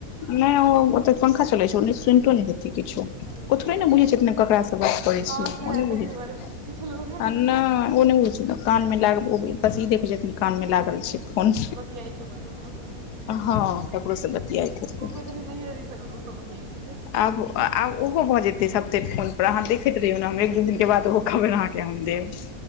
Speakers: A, on the left (about 80°); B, on the right (about 65°).
A: नहि ओ त पंखा चलै छै ओ नै सूनितो नै छथिन किछो
B: हँ,
A: ओ थोड़े ने बुझैत छथिन ककरा सँ गप करै
B: हँ
A: छियै
B: सएह
A: ओ नहि
B: तहि
A: बुजहै
B: दुआरे
A: छथि
B: पूछै छलहुँ हेँ
A: आ नहि ओ नहि बुजहै छ कान मे लागल बस ई देखै छथिन कान मे लागल छै। फोन
B: बतियाइ छै अपन ककड़ो स हुनको
A: हँ ककरो से बतियाइत हेतै
B: त नैये ककरो से बतियाइत हेतै।
A: आब आब ओहो भए जेतै सब ते फोन पर अहाँ देखैत रहियौ ने हम एक दू दिन के बाद ओहो खबैर अहांक के हम देब।